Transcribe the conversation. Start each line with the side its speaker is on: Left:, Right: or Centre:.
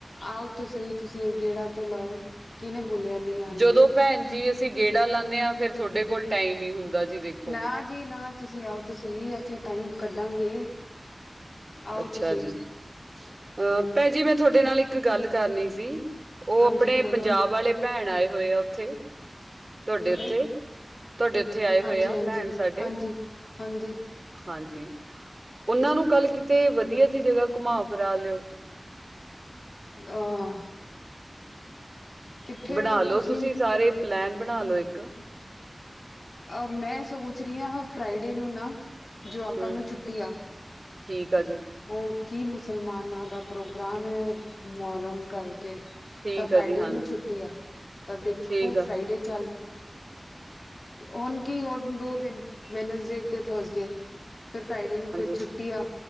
Left: ਆਓ ਤਾਂ ਸਹੀ ਤੁਸੀਂ, ਗੇੜਾ ਤੋਂ ਲਾਓ। ਕਿਨੇ ਬੋਲਿਆ ਨਹੀਂ ਆਣ
Right: ਜਦੋਂ
Left: ਲਈ?
Right: ਭੈਣ ਜੀ ਅਸ ਸੀਂ ਗੇੜਾ ਲਾਂਨੇ ਆ, ਫੇਰ ਤੁਹਾਡੇ ਕੋਲ ਟਾਈਮ ਨੀ ਹੁੰਦਾ। ਜੀ ਦੇਖੋ
Left: ਨਾ ਜੀ ਨਾ, ਤੁਸੀਂ ਆਓ ਤਾਂ ਸਹੀ, ਅਸੀਂ ਟਾਈਮ ਕੱਢਾਂਗੇ। ਆਓ
Right: ਅੱਛਾ
Left: ਤੁਸੀਂ
Right: ਜੀ। ਅਹ ਭੈਣ ਜੀ ਮੈਂ ਤੁਹਾਡੇ ਨਾਲ ਇੱਕ ਗੱਲ ਕਰਨੀ ਸੀ। ਉਹ
Left: ਹਾਂਜੀ
Right: ਆਪਣੇ
Left: ਬੋਲੋ
Right: ਪੰਜਾਬ ਵਾਲੇ ਭੈਣ ਆਏ ਹੋਏ ਆ ਉੱਥੇ। ਤੁਹਾਡੇ
Left: ਕਿਹੜੇ
Right: ਉੱਥੇ, ਤੁਹਾਡੇ ਉੱਥੇ ਆਏ ਹੋਏ
Left: ਹਾਂਜੀ
Right: ਆ,
Left: ਹਾਂਜੀ
Right: ਭੈਣ ਸਾਡੇ।
Left: ਹਾਂਜੀ ਹਾਂਜੀ
Right: ਹਾਂਜੀ। ਉਹਨਾਂ ਨੂੰ ਕੱਲ ਕਿਤੇ ਵਧੀਆ ਜਿਹੀ ਜਗ੍ਹਾ ਘੁਮਾ ਫਿਰਾ ਲਿਓ।
Left: ਆਹ ਕਿੱਥੇ
Right: ਬਣਾ ਲੋ
Left: ਤੁਸੀਂ?
Right: ਸਾਰੇ ਪਲੈਨ ਬਣਾ ਲੋ ਇੱਕ
Left: ਅ ਮੈਂ ਸੋਚ ਰਹੀ ਆ, ਫਰਾਈਡੇ ਨੂੰ ਨਾ ਜੁਆਕਾਂ
Right: ਹੂੰ
Left: ਨੂੰ ਛੁੱਟੀ ਆ।
Right: ਠੀਕ ਆ ਜੀ।
Left: ਉਹ ਕੀ ਮੁਸਲਮਾਨਾਂ ਦਾ ਪ੍ਰੋਗਰਾਮ ਐ, ਮੌਹਰਮ ਕਰਕੇ।
Right: ਠੀਕ
Left: ਤਾਂ ਫਰਾਈਡੇ
Right: ਆ ਜੀ ਹਾਂਜੀ
Left: ਨੂੰ ਛੁੱਟੀ ਆ, ਤਾਂ ਦੇਖੋ
Right: ਠੀਕ ਆ
Left: ਫਰਾਈਡੇ ਚੱਲ ਹੁਣ ਕੀ ਹੋਰ ਦੋ ਦਿਨ, ਵੈਨਸਡੇ ਤੇ ਥਰਸਡੇ। ਫਿਰ ਫਰਾਈਡੇ ਨੂੰ ਫੇਰ
Right: ਹਾਂਜੀ
Left: ਛੁੱਟੀ ਆ,